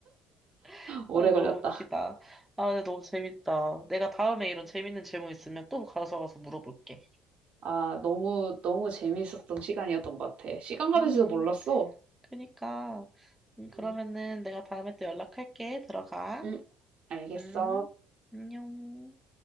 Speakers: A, in the centre; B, on the right.
A: <laughs>
B: 오래
A: 아, 너무
B: 걸렸다.
A: 웃기다. 아, 근데 너무 재밌다. 내가 다음에 이런 재밌는 질문 있으면 또 가서 가서 물어볼게.
B: 아, 너무, 너무 재미있었던 시간이었던 것 같아. 시간 가는지도
A: 음,
B: 몰랐어.
A: 그니까. 음, 그러면은
B: 응,
A: 내가 다음에 또 연락할게. 들어가.
B: 응, 알겠어.
A: 음, 안녕.